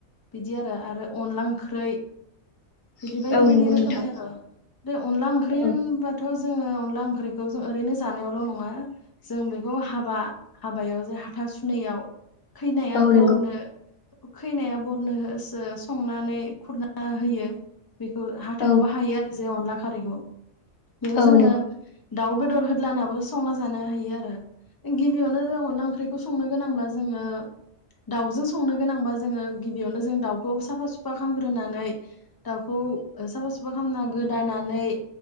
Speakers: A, on the left; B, on the left.
A: बिदि आरो आरो अनला ओंख्रै बिदि
B: औ
A: बायदि बायदि
B: नंगौ
A: रोखोमनि
B: नोंथां
A: आरो। बे अनला ओंख्रि
B: औ
A: होनबाथ' थ' जोङो अनला ओंख्रिखौ जों ओरैनो जानायावल' नङा जों बेखौ हाबा हाबायाव जे हाथा सुनैयाव खैनाया
B: औ
A: बरनो
B: नंगौ
A: खैनाया बरनो होसो संनानै खुरना होयो। बेखौ हाथायाव
B: औ
A: बाहायो आरो जे अनला खारैखौ बेयाव
B: औ
A: जोङो
B: नंगौ
A: दाउ बेदर होद्लानाबो संना जानो हायो आरो। गिबियावनो जों अनला ओंख्रिखौ संनो गोनांब्ला जोङो दाउजों संनो गोनांबा जोङो गिबियावनो जों दाउखौ साफा सुफा खालामग्रोनानै दाउखौ साफा सुफा खालामना गोदानानै